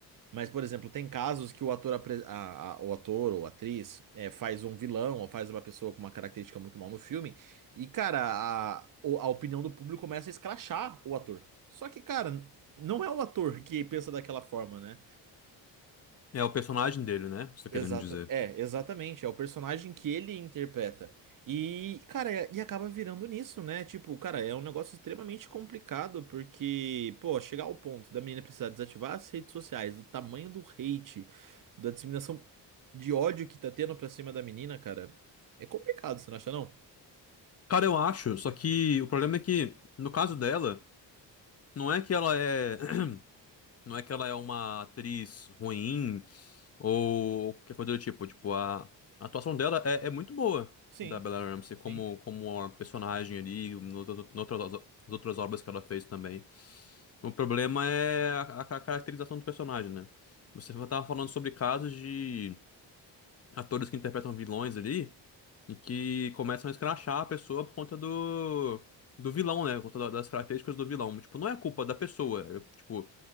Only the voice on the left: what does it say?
É o personagem dele, né? Você tá
querendo dizer.
Cara, eu acho, só que o problema é que, no caso dela, não é que ela é. <clears throat> Não é que ela é uma atriz ruim ou qualquer coisa do tipo. Tipo, a, a atuação dela é, é muito boa,
da Bella Ramsey,
como, como uma personagem ali, noutras, noutras as outras obras que ela fez também. O problema é a, a caracterização do personagem, né? Você tava falando sobre casos de. atores que interpretam vilões ali e que começam a escrachar a pessoa por conta do, do vilão, né? Por conta da- das características do vilão. Tipo, não é a culpa da pessoa. Eu, tipo,